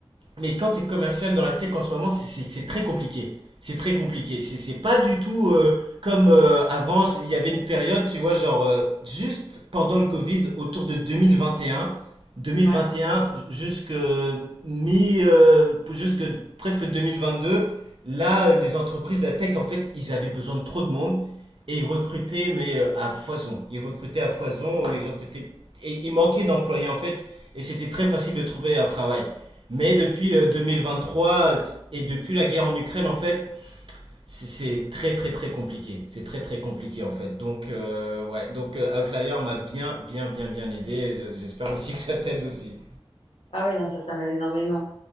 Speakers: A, on the right; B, on the left.
A: mais quand tu es commercial dans la tech en ce moment, c'est- c'est très compliqué. C'est très compliqué. C'est c'est pas du tout euh, comme euh, avant. Il y avait une période, tu vois, genre euh, juste pendant le Covid, autour de 2021, 2021
B: Ouais.
A: jusque mi, euh, jusque presque 2022. Là, euh, les entreprises de la tech, en fait, ils avaient besoin de trop de monde et ils recrutaient, mais euh, à foison. Ils recrutaient à foison. euh, Ils recrutaient et il manquait d'employés en fait. Et c'était très facile de trouver un travail. Mais depuis euh, deux mille vingt-trois et depuis la guerre en Ukraine, en fait, c'est- c'est très très très compliqué. C'est très très compliqué en fait. Donc euh, ouais, donc euh, Outlier m'a bien bien bien bien aidé. Et je- J'espère aussi que ça t'aide aussi.
B: Ah oui, non, ça, ça m'aide énormément.